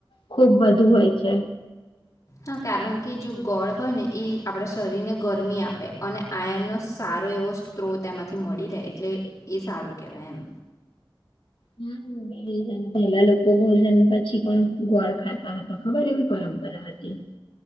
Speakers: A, on the left; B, on the left.
A: ખુબ વધુ હોય છે
B: હા કારણ કે જો ગોળ હોય ને એ આપણા શરીરને ગરમી આપે અને આયનનોો સારો એવો સ્ત્રોત એમાંથી મળી રહે એટલે એ સારું કેહેવાય એમ
A: હા પેલા લોકો ભોજન પછી પણ ગોળ ખાતા હતા ખબર એવી પરંપરા હતી